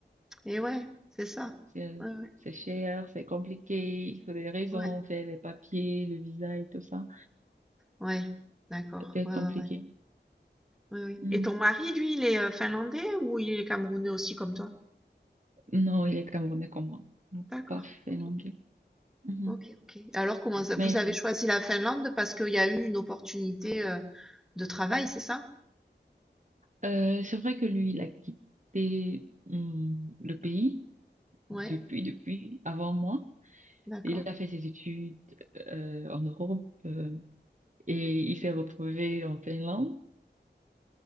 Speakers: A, in the centre; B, on the right.
A: Et ouais, c'est ça.
B: C'est,
A: Ouais, ouais,
B: c'est cher, c'est compliqué. Il faut des raisons,
A: ouais,
B: faire les papiers, le visa et tout ça.
A: ouais, d'accord,
B: Ça peut être
A: ouais,
B: compliqué.
A: ouais, ouais. Oui, oui.
B: Hmm.
A: Et ton mari, lui, il est euh, finlandais ou il est camerounais aussi comme toi?
B: Non, il est camerounais comme moi,
A: D'accord.
B: pas finlandais.
A: Ok,
B: Mhm.
A: ok, ok. Alors, comment ça, vous
B: Mais
A: avez choisi la Finlande parce qu'il y a eu une opportunité euh, de travail, c'est ça?
B: euh, c'est vrai que lui, il a quitté hum, le pays
A: Ouais,
B: depuis, depuis, avant moi.
A: d'accord.
B: Il a fait ses études euh, en Europe euh, et il s'est retrouvé en Finlande.